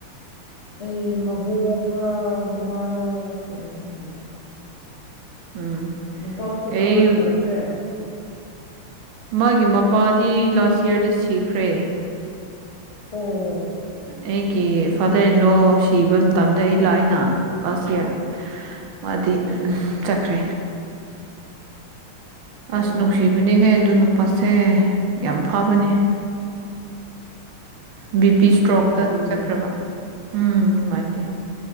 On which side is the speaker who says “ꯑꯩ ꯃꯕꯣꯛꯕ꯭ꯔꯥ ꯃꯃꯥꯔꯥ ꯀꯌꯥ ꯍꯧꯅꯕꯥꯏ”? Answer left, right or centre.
Left